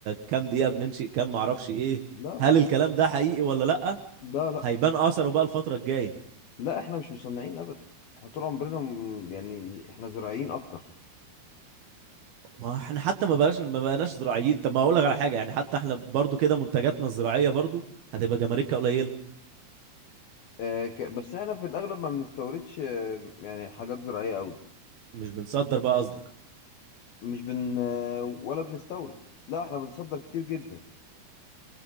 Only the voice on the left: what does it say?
لا
لا
لا لا
لا احنا مش مصنعين ابدا احنا طول عمرنا م- يعني احنا زراعيين اكتر
آه، ك- بس احنا في الاغلب ما بنستوردش آه، يعني حاجات زراعيه قوي
مش بن آه، ولا بنستورد لا احنا بنصدر كتير جدا